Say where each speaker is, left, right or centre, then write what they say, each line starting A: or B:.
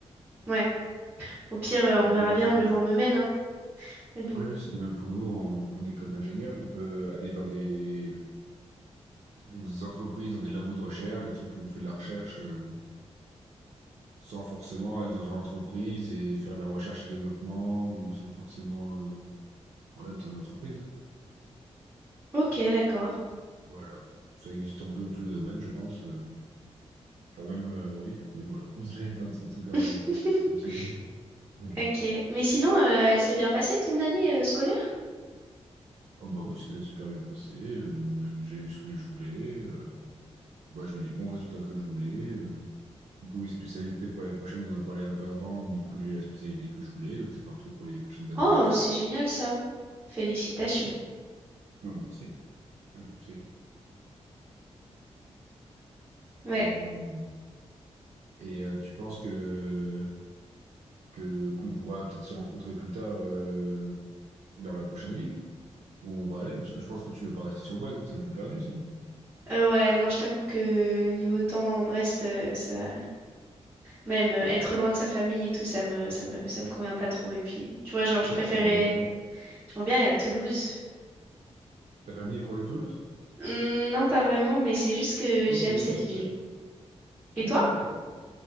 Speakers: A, on the right; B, on the right.
A: Ouais. Au pire, euh,
B: C'est
A: on verra
B: de même
A: bien
B: pour,
A: où le
B: ouais,
A: vent me mène, hein. Mais bon.
B: oui, c'est de même pour nous en, en école d'ingénieur. On peut aller dans des Donc, des entreprises, dans des labos de recherche, des trucs où on fait de la recherche euh, sans forcément être dans une entreprise et faire de la recherche et développement ou sans forcément euh, voilà, être dans une entreprise.
A: Ok, d'accord.
B: Voilà. Ça existe un peu dans tous les domaines, je pense. euh. Genre même, euh, oui, oui, voilà. <laughs> J'ai pas trop de trucs à
A: <laughs>
B: rajouter sur le sujet. <laughs> Mhm.
A: Ok. Mais sinon, euh, elle s'est bien passée ton année euh, scolaire?
B: Oh bah oui, ça s'est super bien passé. euh, j'ai eu ce que je voulais. euh, bah, j'ai eu les bons résultats que je voulais. euh. Du coup, les spécialités pour l'année prochaine, on en a parlé un peu avant, mais du coup, j'ai eu la spécialité que je voulais, donc c'est parfait pour les prochaines années
A: Oh,
B: à suivre.
A: c'est génial ça. Félicitations.
B: Bah oui. Je merci. Je merci.
A: Ouais.
B: Hum, Et euh, tu penses que que qu'on pourra peut-être se rencontrer plus tard euh, dans la prochaine ville où on va aller? Parce que je pense que tu veux pas rester sur Boise, c'est un peu perdu, si.
A: Euh, ouais, non, je t'avoue que niveau temps, Brest, euh, ça, même euh, être loin de sa famille et tout, ça me, ça me, ça me convient pas trop. Et puis, tu vois, genre,
B: C'est
A: je
B: vrai?
A: préférais,
B: Tu vas aller où après?
A: j'aimerais bien aller à Toulouse.
B: Ta famille est proche de Toulouse?
A: Hmm, Non, pas vraiment, mais c'est juste que
B: Ok,
A: j'aime cette
B: bah super.
A: ville. Et
B: Ok,
A: toi?
B: ok.